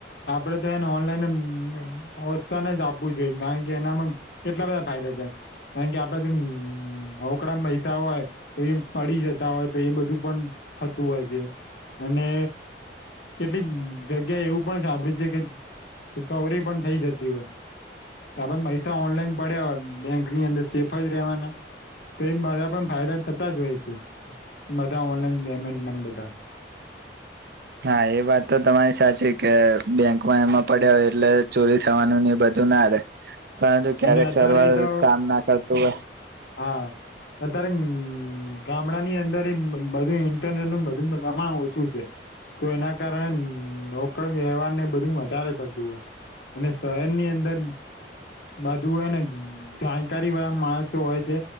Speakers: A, on the left; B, on the right.
A: આપડે તો એને ઓનલાઈન અવસાન જ આપવું જોઈએ કારણ કે એનામાં કેટલા બધા ફાયદા છે, કારણ કે આપડાથી નવો કકડા મઈસા હોય તો, એ પડી જતા હોય તો એ બધું પણ થતું હોય છે. અને કેટલીક જગ્યા એવું પણ સાંભળ્યું છે કે કવરી પણ થઇ જતી હોય આપડે મહેસા ઓનલાઈન પડ્યા હોત બેંકની અંદર સેફ જ રેહવાના. તે બધામાં ફાયદા થતા જ હોય છે બધા ઓનલાઈન પેમેન્ટના ને બધાના <inaudible>
B: હા, એ વાત તો તમારી સાચી કે બેંકમાં એમાં પડ્યા હોય એટલે ચોરી થવાનું ને બધું તો ના ર પરંતુ ક્યારેક
A: અને અત્યારે
B: સર્વર
A: તો
B: કામ ના કરતું હોય
A: હા અત્યારે..... ગામડાની અંદર એક બધું ઇન્ટરનેટ ને બધું બધામાં ઓછું છે. તો એના કારણે નોકર વ્યવહાર ને બધું વધારે થતું હોય. અને શહેરની અંદર બધું હે ને જાણકારી વાળા માણસો હોય છે